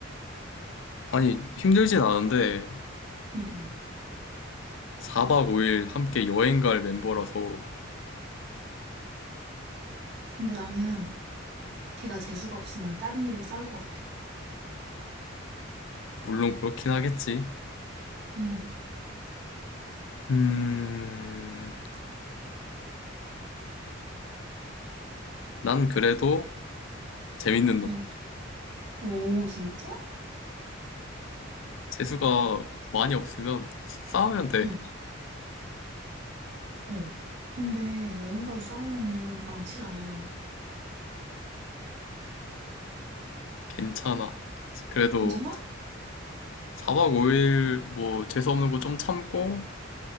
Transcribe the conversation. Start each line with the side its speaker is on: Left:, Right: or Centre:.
Left: 아니, 힘들진 않은데
Right: 응, 응,
Left: 4박 5일 함께 여행 갈 멤버라서
Right: 근데 나는 걔가 재수가 없으면 다른 일로 싸울 것 같아.
Left: 물론 그렇긴 하겠지.
Right: 응,
Left: 음, 난 그래도 재밌는 놈.
Right: 응. 오, 진짜?
Left: 재수가 많이 없으면 싸우면 돼.
Right: 응. 어. 근데 여행 가서 싸우면은 망치잖아, 여행.
Left: 괜찮아. 그래도
Right: 괜찮아?
Left: 4박 5일 뭐 재수 없는 거 좀 참고